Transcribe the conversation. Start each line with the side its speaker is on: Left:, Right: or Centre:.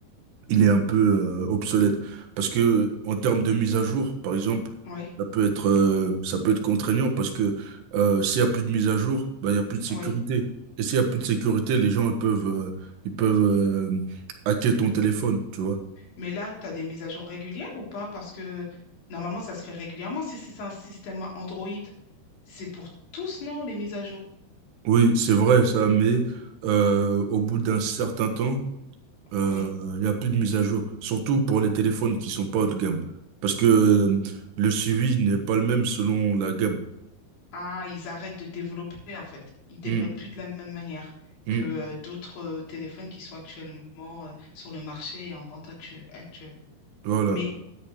Right: il est un peu euh, obsolète. Parce que en termes de mise à jour, par exemple,
Left: oui,
Right: ça peut être euh, ça peut être contraignant parce que euh, s'il y a plus de mise à jour, bah, il y a plus de sécurité.
Left: oui.
Right: Et s'il y a plus de sécurité, les gens ils peuvent euh, ils peuvent euh, hacker ton téléphone, tu vois.
Left: Mais là, tu as des mises à jour régulières ou pas? Parce que normalement, ça se fait régulièrement si c'est un système Android. C'est pour tous, non, les mises à jour?
Right: Oui, c'est vrai ça, mais euh, au bout d'un certain temps, euh,
Left: Oui.
Right: il y a plus de mise à jour, surtout pour les téléphones qui sont pas haut de gamme, parce que euh, le suivi n'est pas le même selon la gamme.
Left: Ah, ils arrêtent de développer en fait. Ils développent
Right: Hmm,
Left: plus de la même manière
Right: hmm,
Left: que euh, d'autres euh, téléphones qui sont actuellement euh, sur le marché et en vente actu- actuelle.
Right: voilà.
Left: Mais,